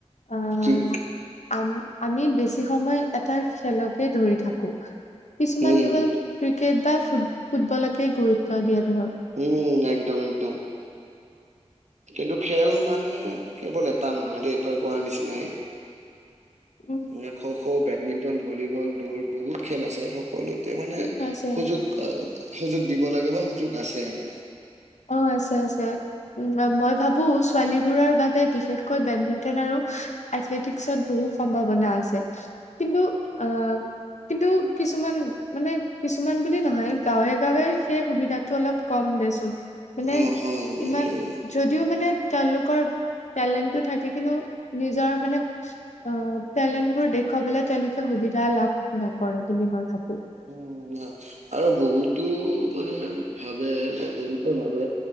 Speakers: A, on the left; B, on the right.
A: আহ
B: কি?
A: আম আমি বেছি সময় এটা খেলকে ধৰি থাকোঁ। কিছুমান
B: উম,
A: কেৱল ক্ৰিকেট বা ফুট- ফুটবলকে গুৰুত্ব দিয়ে। ধৰ
B: উম, একদম - একদম। কিন্তু খেল মানে কেৱল এটা নহয় দেই, তই কোৱাৰ নিচিনাই
A: উম
B: মই খ' খ', বেডমিন্টন, ভলীবল, দৌৰ বহুত খেল আছে। সক- সকলোতে মানে
A: উম আছে
B: সুযোগ- অ'- সুযোগ দিব লাগে বা সুযোগ আছে আৰু।
A: অ আছে আছে উম, মই ভাবোঁ ছোৱালীবোৰৰ বাবে বিশেষকৈ বেডমিন্টন আৰু এথলেটিকছত বহু সম্ভাৱনা আছে। কিন্তু অ' কিন্তু কিছুমান- মানে কিছুমান বুলি নহয়, গাঁৱে - গাঁৱে সেই সুবিধাটো অলপ কম। দেচোন। মানে
B: অ' হয়।
A: ইমান
B: মানে
A: যদিও মানে তেওঁলোকৰ টেলেণ্টটো থাকে কিন্তু নিজৰ মানে অ টেলেণ্ট বোৰ দেখুৱাবলৈ তেওঁলোকে সুবি সুবিধা লাভ নকৰে বুলি মই ভাবো।
B: উম। আৰু বহুতো মানে ভাবে যে, বহুতে ভাবে,